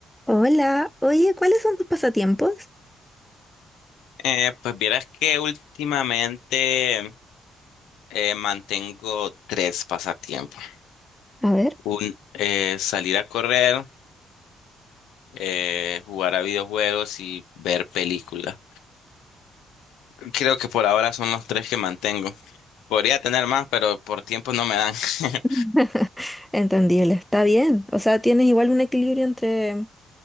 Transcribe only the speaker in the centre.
Hola, oye, ¿cuáles son tus pasatiempos?
A ver.
<laughs> Entendible, está bien. O sea, tienes igual un equilibrio entre